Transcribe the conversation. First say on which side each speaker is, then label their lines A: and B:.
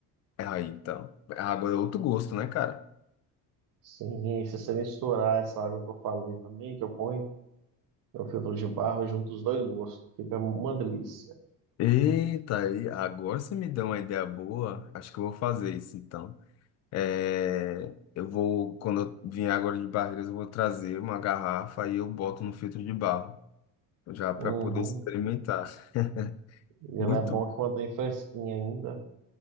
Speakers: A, on the left; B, on the right.
A: aí então. A água é outro gosto, né, cara?
B: Sim, e aí se você misturar essa água que eu falei também, que eu ponho no filtro de barro, junto os dois gostos, fica uma delícia.
A: Eita, aí, agora você me deu uma ideia boa. Acho que eu vou fazer isso, então. É, eu vou, quando eu vier agora de Barreiras, eu vou trazer uma garrafa e eu boto no filtro de barro, já para
B: Uhum.
A: poder experimentar.
B: E
A: Muito
B: ela é bom que mantém fresquinha ainda.